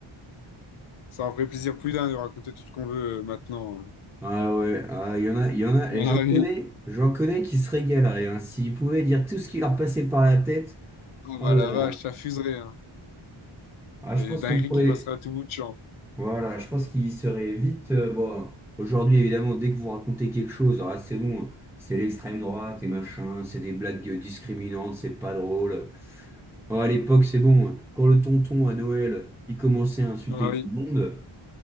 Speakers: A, on the left; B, in the centre.
A: ça en ferait plaisir plus d'un de raconter tout ce qu'on veut euh, maintenant. euh.
B: Ah ouais, ah, il y en a, il y en a, et
A: Ah
B: j'en
A: oui,
B: connais, j'en connais qui se régaleraient. hein. S'ils pouvaient dire tout ce qui leur passait par la tête,
A: ah
B: oh
A: bah
B: là
A: la vache,
B: là.
A: ça fuserait, hein.
B: Ah,
A: Et
B: je pense
A: dinguerie
B: qu'on pourrait.
A: qui passerait à tout bout de champ.
B: Voilà, je pense qu'il serait vite. euh, bon, aujourd'hui, évidemment, dès que vous racontez quelque chose, alors là, c'est bon, c'est l'extrême droite et machin, c'est des blagues euh, discriminantes, c'est pas drôle. Oh, à l'époque, c'est bon, quand le tonton à Noël, il commençait à insulter
A: Ah oui,
B: tout le monde,